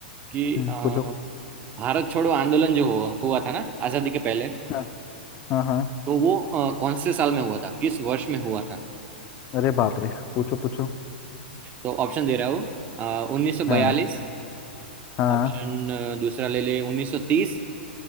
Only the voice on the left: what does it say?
हम्म
पूछो
हाँ हाँ हाँ
अरे बाप रे पूछो पूछो
हाँ
हाँ